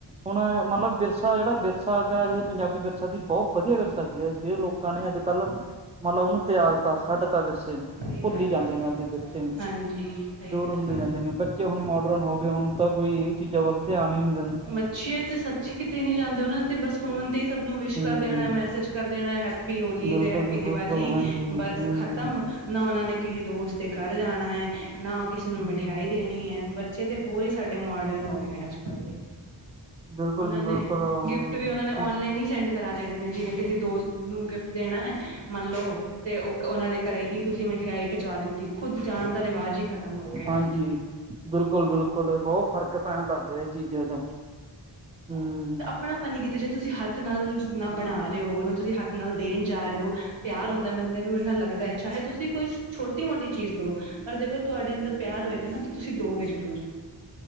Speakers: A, on the right; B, on the right.
A: ਹੁਣ ਮਲਬ ਵਿਰਸਾ ਜਿਹੜਾ ਵਿਰਸਾ ਗਾ ਇਹ ਪੰਜਾਬੀ ਵਿਰਸਾ ਦੀ ਬਹੁ ਵਧੀਆ ਵਿਰਸਾ ਸੀ ਜੇ ਲੋਕਾਂ ਨੇ ਅੱਜ ਕੱਲ ਮੰਨ ਲਓ ਉਨੂੰ ਤਿਆਗਤਾ ਛੱਡ ਤਾ
B: ਸਹੀ
A: ਭੁੱਲੀ
B: ਗੱਲ
A: ਜਾਂਦੇ
B: ਆ,
A: ਨੇ ਆਪਦੇ ਵਿਰਸੇ ਨੂੰ
B: ਹਾਂਜੀ ਸਹੀ
A: ਦੂਰ
B: ਗੱਲ
A: ਹੁੰਦੀ ਜਾਂਦੀ।
B: ਆ
A: ਨੇ ਬੱਚੇ ਹੁਣ ਮੋਡਰਨ ਹੋ ਗਏ। ਹੁਣ ਤਾਂ ਕੋਈ ਇਹ ਚੀਜ਼ਾਂ ਵੱਲ ਧਿਆਨ ਈ ਨੀ।
B: ਮੱਛੀ ਅਤੇ ਸੱਚੀ ਕਿਤੇ ਨੀ ਜਾਂਦੇ। ਉਹਨਾਂ ਨੇ ਤੇ ਬਸ ਫੋਨ ਤੇ ਹੀ ਸਭ ਨੂੰ ਵਿਸ਼
A: ਹੂੰ
B: ਕਰ ਦੇਣਾ। ਮੈਸੇਜ ਕਰ ਦੇਣਾ ਏ। ਹੈਪੀ ਹੋਲੀ
A: ਬਿਲਕੁਲ
B: ਤੇ ਹੈਪੀ
A: ਜੀ ਬਿਲਕੁਲ
B: ਦੀਵਾਲੀ
A: ਹਾਂਜੀ ਹੂੰ।
B: ਬਸ ਖਤਮ। ਨਾ ਉਨਾਂ ਨੇ ਕਿਸੇ ਦੋਸਤ ਦੇ ਘਰ ਜਾਣਾ ਏ ਨਾ ਕਿਸੇ ਨੂੰ
A: ਹੂੰ
B: ਮਿਠਿਆਈ ਦੇਣੀ ਏ। ਬੱਚੇ ਤੇ ਹੋਰ ਹੀ ਸਾਡੇ ਮੋਡਰਨ ਹੋ ਗਏ ਨੇ ਅੱਜ ਕੱਲ ਦੇ।
A: ਬਿਲਕੁਲ
B: ਉਨਾਂ
A: ਜੀ ਬਿਲਕੁਲ
B: ਨੇ
A: ਹਾਂਜੀ।
B: ਗਿਫਟ ਵੀ ਉਨਾਂ ਨੇ ਓਨਲਾਈਨ ਈ ਸੈਂਡ ਕਰਾਂ ਦੇਣੇ ਨੇ। ਜਿਵੇਂ ਕਿਸੇ ਦੋਸਤ ਨੂੰ ਗਿਫਟ ਦੇਣਾ ਹੈ। ਮੰਨ ਲਓ ਤੇ ਓ ਕ ਉਹਨਾਂ ਦੇ ਘਰੇ ਹੀ ਤੁਸੀਂ ਮਿਠਿਆਈ ਪਿਜਵਾ ਦਿੱਤੀ। ਖੁੱਦ ਜਾਣ ਦਾ ਰਿਵਾਜ ਹੀ ਖਤਮ। ਤਮ ਹੋ ਗਿਆ
A: ਹਾਂਜੀ। ਬਿਲਕੁਲ, ਬਿਲਕੁਲ ਬਹੁਤ ਫ਼ਰਕ ਪੈਣ ਲੱਗ ਗਿਆ। ਇਹ ਚੀਜ਼ਾਂ ਦਾ ਹਮ
B: ਆਪਣਾ ਪਣ ਨੀ ਕਿ ਕਿਤੇ ਜੇ ਤੁਸੀਂ ਹੱਥ ਨਾਲ ਨਾ ਬਣਾ ਰੇ ਓ ਤੁਸੀਂ ਹੱਥ ਨਾਲ ਦੇਣ ਜਾ ਰਹੇ ਓ ਪਿਆਰ ਹੁੰਦਾ। ਬੰਦੇ ਨੂੰ ਇੰਨਾ ਲੱਗਦਾ ਹੈ ਚਾਹੇ ਤੁਸੀਂ ਕੋਈ ਛੋਟੀ ਮੋਟੀ ਚੀਜ਼ ਦਉ। ਪਰ ਜੇਕਰ ਤੁਹਾਡੇ ਅੰਦਰ ਪਿਆਰ ਹੋਏਗਾ ਨਾ ਤਾਂ ਤੁਸੀਂ ਦੋਗੇ ਜ਼ਰੂਰ।